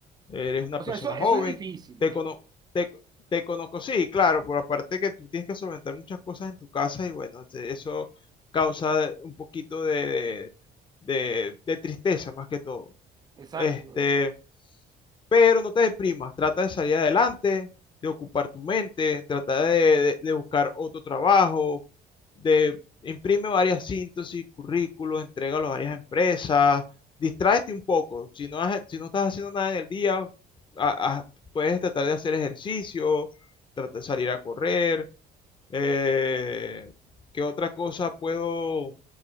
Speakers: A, on the left; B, on the right.
A: Eres una
B: O
A: persona
B: sea, eso,
A: joven,
B: eso es difícil.
A: te cono- te, te conozco, sí, claro, por aparte que tú tienes que solventar muchas cosas en tu casa y bueno, te- eso causa un poquito de, de, de tristeza más que todo.
B: <laughs> Exacto,
A: Este,
B: bueno,
A: pero no te deprimas, trata de salir adelante, de ocupar tu mente, trata de, de- de buscar otro trabajo, de imprime varias síntesis, currículos, entrégalo a varias empresas, distráete un poco, si no, has- si no estás haciendo nada en el día, a- a- puedes tratar de hacer ejercicio, trata de salir a correr, eh, ¿qué otra cosa puedo